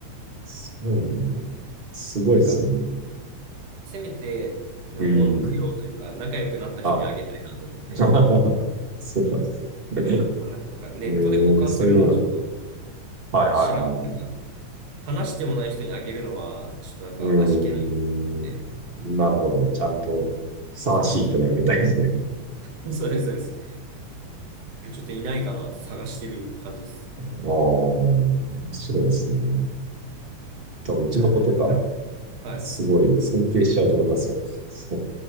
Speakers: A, on the right; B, on the right.
A: そうなんだ。すごいですね。
B: なんかせめてのものを供養というか、
A: うん。
B: 仲良くなった人にあげたいなと思って、
A: はい。<laughs> そうなんですね。
B: あ、なんかネットで交換するのはちょっと、
A: ええそういうものだ。はいはいはい。
B: 知らなんか話してもない人にあげるのは、ちょっとなんか味気ないんで。
A: うーん。なるほど。ちゃんと、ふさわしい人にあげたいですね。
B: そうなんですよ。<laughs> そうです、そうです。ちょっといないかなって探してる感じです。
A: ああ、面白いですね。多分、うちの子とか、
B: なか、はい。
A: すごい尊敬しちゃうと思いますよ。そう